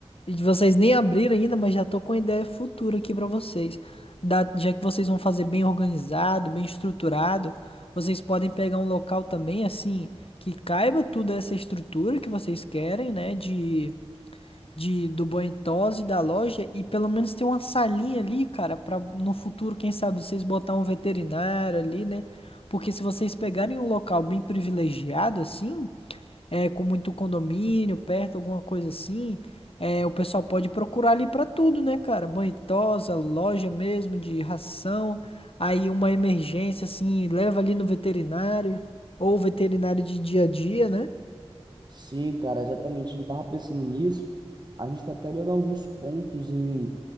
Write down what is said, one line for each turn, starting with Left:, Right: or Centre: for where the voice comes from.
Left: vocês nem abriram ainda, mas já tô com uma ideia futura aqui pra vocês. Da- já que vocês vão fazer bem organizado, bem estruturado, vocês podem pegar um local também, assim, que caiba tudo essa estrutura que vocês querem, né? De, de do Boentosa e da loja, e pelo menos ter uma salinha ali, cara, pra no futuro, quem sabe, vocês botar um veterinário ali, né? Porque se vocês pegarem um local bem privilegiado, assim é, com muito condomínio perto, alguma coisa assim, é, o pessoal pode procurar ali pra tudo, né, cara? Banho e tosa, loja mesmo de ração, aí uma emergência assim, leva ali no veterinário, ou veterinário de dia a dia, né?
Right: Sim, cara, exatamente. A gente estava pensando nisso. A gente está até olhando alguns pontos em,